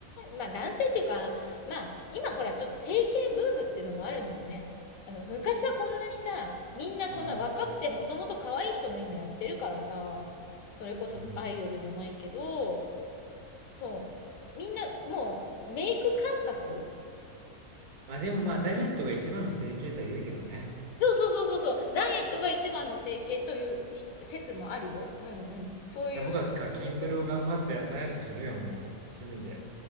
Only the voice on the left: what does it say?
まあ男性っていうか、まあ今ほらちょっと整形ブームっていうのもあるのよね。あの、昔はこんなにさ、みんなこんな若くてもともと可愛い人も今やってるからさ、
それこそアイドルじゃないけど、
そう。みんなもうメイク感覚
そうそうそうそうそう。ダイエットが一番の整形というひ説もあるよ。うんうん。そういううこと。